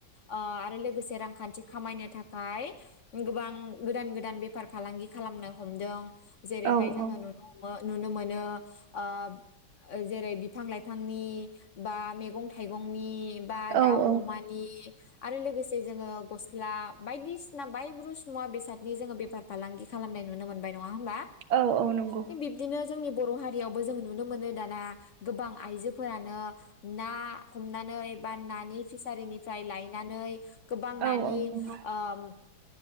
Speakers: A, on the left; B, on the right.
A: ओ आरो लोगोसे रांखान्थि खामायनो थाखाय गोबां गोदान गोदान बेफार फालांगि खालामनो हमदों। जेरैहाय
B: औ
A: जोङो
B: औ
A: नुनो नो ओ नुनो मोनो ओ जेरै बिफां लाइफांनि बा मेगं थाइगंनि बा
B: औ
A: दाउ
B: औ
A: अमान नि आरो लोगोसे जोङो गस्ला बायदिसिना बायब्रुस मुवा बेसादनि जोङो बेफार फालांगि खालामनाय नुनो मोनबाय नङा नङा होनबा?
B: औ औ नंगौ
A: थिग बिबदिनो जोंनि बर' हारियावबो जों नुनो मोनो दाना गोबां आइजोफोरानो ना हमनानै बा नानि फिसारिनि फ्राय लायनानै गोबां
B: औ
A: नानि
B: औ नंगौ
A: ओम